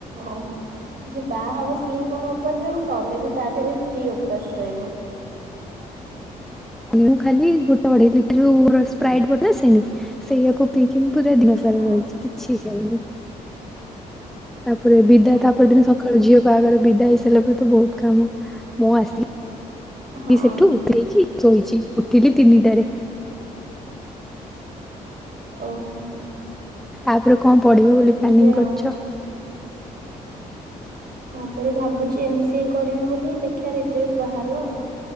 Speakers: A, on the right; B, in the centre.
A: ହଁ ଯିଏ ବାହା ହବ ସିଏ କଣ ଓପାସ ରହିବ ତମେ ବି ତା ଧେରେ ଫ୍ରି ଓପାସ୍। ରହିବ।
B: ମୁଁ ଖାଲି ଗୋଟେ ଅଢ଼େଇ ଲିଟରୁ ର ସ୍ପ୍ରାଇଟ୍ ବୋଟଲ୍ ସେନି ସେଇଆକୁ ପିଇକି ମୁଁ ପୁରା ଦିନ ସାରା
A: ହଁ।
B: ରହିଚି କିଛି ଖାଇନି। ତାପରେ ବିଦା
A: ଓହୋ।
B: ତାପର ଦିନ ସକାଳୁ ଝିଅ ବାହାଘର ବିଦା ହେଇସାରିଲା ପରେ ତୁ ବୋହୁତ କାମ ମୁଁ ଆସି
A: ହଁ
B: ସେଠୁ ଦେଇକି ସୋଇଚି ଉଠିଲି ତିନିଟାରେ।
A: ଓହୋ।
B: ଆ ପରେ କଁ ପଢ଼ିବ
A: ଏମିତି
B: ବୋଲି ପ୍ଲାନିଂ କରୁଚ?
A: ଆଉ। ଆ ପରେ ଭାବୁଚି ଏମ୍ ସି ଏ କରିବି ବୋଲି ଦେଖିବା ରେଜଲ୍ଟ ବାହାରୁ ଆଉ।